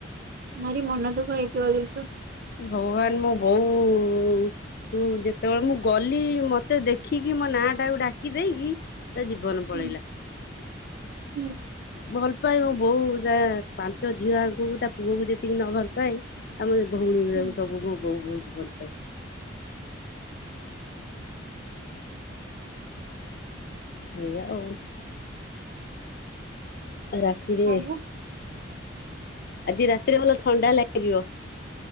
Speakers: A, on the right; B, on the left.
A: ଭାରି ମାର ମନ ଦୁଃଖ ହେଇଥିବ କିନ୍ତୁ।
B: ଭଗବାନ୍ ମୋ ବୋଉ କୁ ଯେତବଳେ ମୁଁ ଗଲି ମତେ ଦେଖିକି ମୋ ନାଁ ଟାକୁ ଡାକି ଦେଇକି ତା ଜୀବନ ପଳେଇଲା।
A: ହୁଁ ହୁଁ।
B: ଭଲ୍ ପାଏ ମୋ ବୋଉ ତା ପାଞ୍ଚ ଝିଅଙ୍କୁ ତା ପୁଅକୁ ଯେତିକି ନ ଭଲ ପାଏ ଆମର ଭଉଣୀ ଗୁରାକୁ
A: ହୁଁ।
B: ସବୁ ମୋ ବୋଉ ବହୁତ୍ ଭଲ୍ ପାଏ। ଏୟା ଆଉ। ରାତିରେ,
A: ଆଉ
B: ଆଜି ରାତିରେ ଭଲ ଥଣ୍ଡା ଲାଗିଵ।